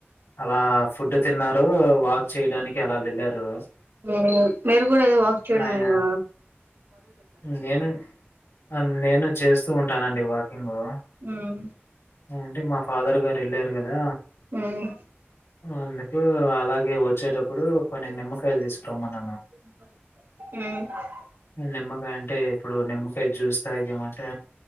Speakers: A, on the left; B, on the right.
A: అలా ఫుడ్ తిన్నారు వాక్ చేయడానికి అలా వెళ్ళారు
B: మ్ మీరు కూడా ఏదో వాక్ చేయడం
A: ఆయన
B: మా
A: నేను ఆ నేను చేస్ ఉంటానండి వాకింగు
B: మ్మ్
A: అంటే మా ఫాదర్ గారు ఏళ్ళారు కదా,
B: మ్మ్
A: అందుకు అలాగే వచ్చేటప్పుడు కొన్ని నిమ్మకాయలు తీస్ రొమ్మన
B: మ్
A: నిమ్మకాయ అంటే ఇప్పుడు నిమ్మకాయ జ్యూస్ తాగేమంటె